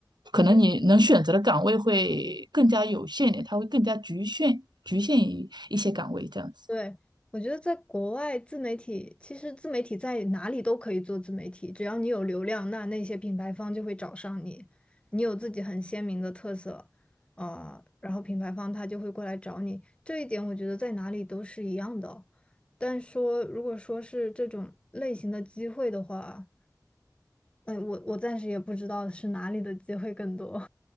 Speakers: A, on the left (about 15°); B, on the right (about 85°).
A: 我觉得。
B: 可能你能选择的岗位会更加有限一点，它会更加局限局限于一些岗位这样子。
A: 对，我觉得在国外自媒体，其实自媒体在哪里都可以做自媒体，只要你有流量，那那些品牌方就会找上你，你有自己很鲜明的特色，啊，然后品牌方他就会过来找你，这一点我觉得在哪里都是一样的哦但说如果说是这种类型的机会的话，哎，我我暂时也不知道是哪里的机会更多。